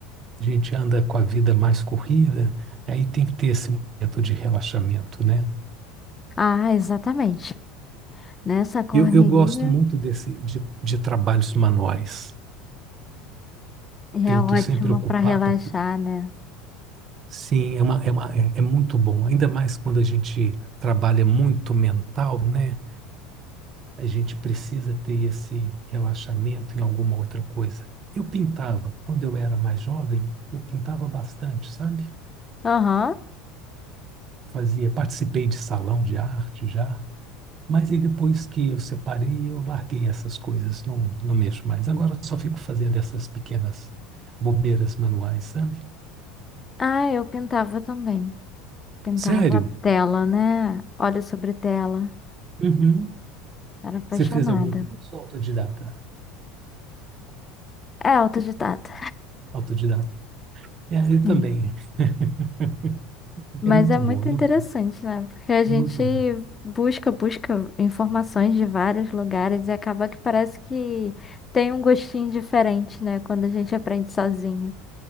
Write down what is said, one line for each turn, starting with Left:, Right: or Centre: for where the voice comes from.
Right: A gente anda com a vida mais corrida, aí tem que ter esse momento de relaxamento, né?
Left: Ah, exatamente. Nessa correria.
Right: Eu, eu gosto muito desse, de, de trabalhos manuais.
Left: E
Right: Tento
Left: é
Right: sempre
Left: ótimo
Right: ocupar,
Left: para relaxar,
Right: porque
Left: né?
Right: sim, é, uma, é, uma, é, é muito bom. Ainda mais quando a gente trabalha muito mental, né? A gente precisa ter esse relaxamento em alguma outra coisa. Eu pintava, quando eu era mais jovem, eu pintava bastante, sabe?
Left: Aham.
Right: Fazia, participei de salão de arte já Mas aí depois que eu separei, eu larguei essas coisas, não, não mexo mais. Agora eu só fico fazendo essas pequenas bobeiras manuais, sabe?
Left: Ah, eu pintava também. Pintava
Right: Sério?
Left: tela, né? Olho sobre tela.
Right: Uhum.
Left: Era apaixonada.
Right: Você fez algum curso autodidata?
Left: É autodidata.
Right: Autodidata. É, eu
Left: Sim.
Right: também. <laughs>
Left: Mas
Right: É muito
Left: é muito
Right: bom, é muito,
Left: interessante, né? Porque a gente
Right: é muito bom.
Left: busca, busca informações de vários lugares e acaba que parece que tem um gostinho diferente, né? Quando a gente aprende sozinho.